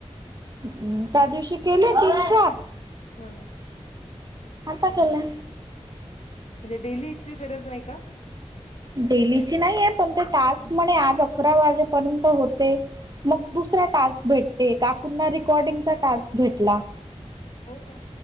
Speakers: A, on the right (about 35°); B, on the left (about 75°).
A: अं. त्या दिवशी केले तीन चार.
B: हां.
A: आता केला.
B: म्हणजे डेलीची गरज नाही का?
A: डेलीची नाहीए. पण ते टास्क म्हणे आज अकरा वाजेपर्यंत होते. मग दुसरा टास्क भेटते. काकूंना रेिकॉर्डिंगचा टास्क भेटला.
B: हो का?